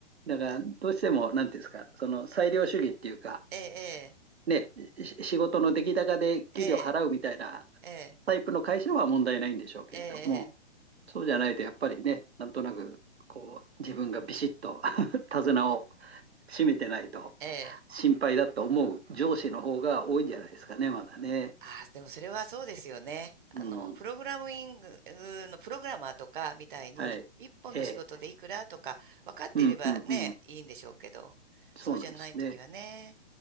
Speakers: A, on the right; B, on the right.
A: だから、
B: だ
A: どうしても、なんていうんですか、その、裁量主義っていうか、
B: ええ、
A: ね、し仕事の出来高で給料払うみたいな
B: ええ、ええ、
A: タイプの会社は問題ないんでしょうけれども、
B: ええ、ええ。
A: そうじゃないと、やっぱりね、なんとなく、こう、自分がビシッと <laughs> 手綱を締めてないと、
B: ええ
A: 心配だと思う上司の方が多いんじゃないですかね、まだね。
B: ああ、でもそれはそうですよね。
A: うん。
B: あの、プログラミングのプログラマーとかみたいに、
A: はい。
B: 一本の仕事でいくらとか分かっていればね、
A: ええ。うんうんうん。
B: いいんでしょうけど、
A: そうなんですね。
B: そうじゃないときはね。